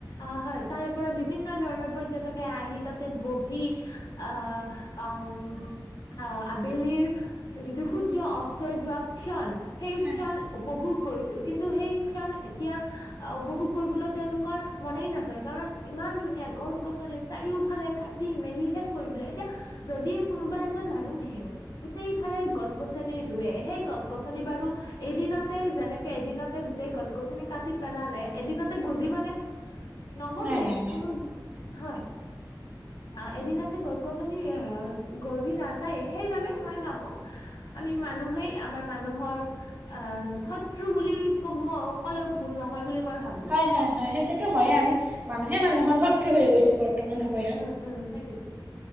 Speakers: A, on the left (about 65°); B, on the right (about 25°).
A: অ' হয়। তাৰে পৰা বিভিন্ন ধৰণৰ পৰ্য্যটকে আহি তাত তে বহি আ, আউম, আহ' আবেলিৰ যিটো সূৰ্য্য অস্তই যোৱা ক্ষণ, সেই
B: হয়
A: ক্ষণ উপভোগ কৰিছিল। কিন্তু সেই ক্ষণ এতিয়া আহ' উপভোগ কৰিবলৈ তেওঁলোকৰ মনেই নাযায়। কাৰণ ইমান ধুনীয়া গছ-গছনি, চাৰিওফালে কাটি-মেলি শেষ কৰি দিলে। এতিয়া যদিও কোনোবা এজন মানুহেও গোটেইফালে গছ-গছনি ৰোৱে, সেই গছ-গছনি বাৰু এদিনতেই যেনেকে এদিনতে গোটেই গছ-গছনি কাটি পেলালে, এদিনতে তে গজিব নে, নগজে
B: নাই নাই নাই
A: কোনো, হয়। আহ' এদিনতে গছ-গছনি গজি নাযায়। সেইবাবে মই ভাবোঁ আমি মানুহেই আমাৰ মানুহৰ আহ' শত্ৰু বুলি ক'ব, কলেও ভুল নহয় বুলি মই ভাবোঁ।
B: হয়, হয়, হয়। সেইটোতো হয়েই, আমি মানুহে মানুহৰ শত্ৰু হৈ গৈছো বৰ্তমান সময়ত।
A: উম, উম। সেইটোৱেই।